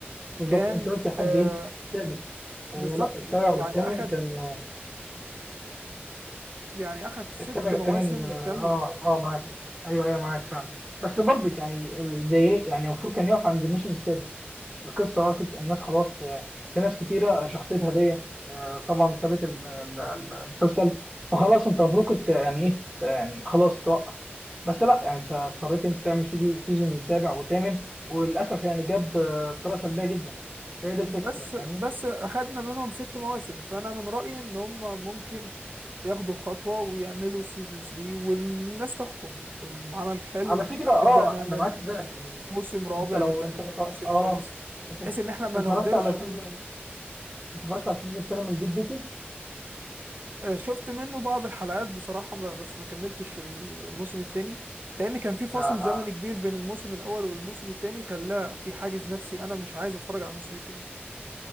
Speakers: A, on the right; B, on the right.
A: بالظبط
B: كان
A: أنت قلت لحد
B: آه،
A: إيه؟ السادس آه
B: بالظبط
A: لا السابع
B: يعني
A: والثامن
B: اخد
A: كان
B: يعني اخد ست
A: السابع
B: مواسم
A: والثامن اه
B: كامله
A: اه آه، معاك ايوه ايوه معاك فعلا بس برضك يعني ال- زي ايه يعني المفروض كان يقف عند الموسم السادس القصه وقفت الناس خلاص آه، في ناس كتيره شخصيتها ديت آه، طبعا سابت ال- ال- المسلسل فخلاص انت المفروض كنت يعني ايه آه، يعني خلاص توقف بس لا يعني انت اضطريت انت تعمل سيزون سيزون سابع وثامن وللاسف يعني جاب آه، بطريقه سلبيه جدا فهي دي الفكره
B: بس بس
A: فاهمني
B: اخدنا منهم ست مواسم فانا من رأيي ان هم ممكن ياخدوا الخطوة ويعملوا سيزون 3 والناس تحكم العمل حلو
A: على فكرة اه
B: نبدأ نعمل
A: انا معاك في ده يعني
B: موسم رابع
A: انت لو
B: نبدأ
A: انت
B: نعمل
A: اتف-
B: موسم
A: اه
B: خامس
A: انت
B: بحيث ان احنا ما
A: اتفرجت
B: نهدرش
A: على سيزون اتفرجت على السيزون التاني من جد بيتي
B: آه، شفت منه بعض الحلقات بصراحة ب- بس ما كملتش الموسم التاني لان كان في فاصل
A: لا لا
B: زمني كبير بين الموسم الاول والموسم التاني خلاه في حاجز نفسي انا مش عايز اتفرج على الموسم التاني